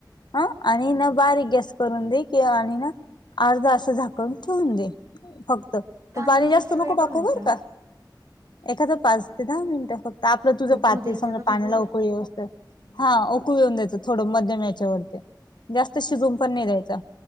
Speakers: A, on the left; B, on the right.
A: ह आणि न बारीक गॅस करून दे. आणि ना अर्धा असं झाकवून ठेऊन दे. फक्त
B: तांदूळ
A: पाणी जास्त
B: किती
A: नको
B: वेळ
A: टाकू
B: ठेवायचा
A: बर का एखादा पाच दहा मिनिटं फक्त आपलं तुझं
B: उकू
A: पाती
B: द्यायचा
A: समज
B: का
A: पाण्याला
B: फक्त
A: उकळी येऊ दे. हा उओकळ येऊन द्यायचं थोडं मध्यम याच्यावरती जास्त शिजून पण नाही द्यायचं